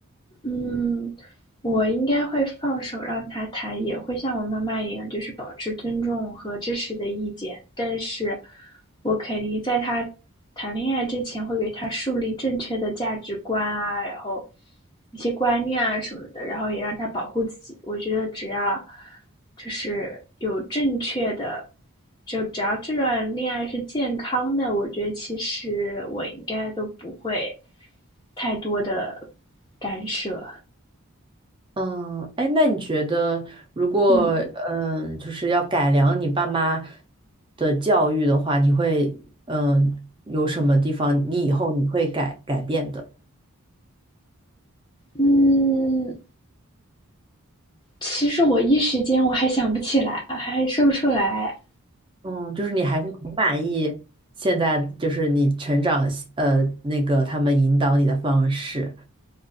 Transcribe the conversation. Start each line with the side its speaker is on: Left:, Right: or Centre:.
Left: 嗯，我应该会放手让他谈，也会像我妈妈一样，就是保持尊重和支持的意见。但是，我肯定在他谈恋爱之前，会给他树立正确的价值观啊，然后一些观念啊什么的，然后也让他保护自己。我觉得只要就是有正确的，就只要这段恋爱是健康的，我觉得其实我应该都不会太多的干涉。
Right: 嗯，哎，那你觉得，如果嗯，
Left: 嗯。
Right: 就是要改良你爸妈的教育的话，你会嗯有什么地方你以后你会改改变的？
Left: 嗯，其实我一时间我还想不起来，还说不出来。
Right: 嗯，就是你还是挺满意现在就是你成长呃那个他们引导你的方式。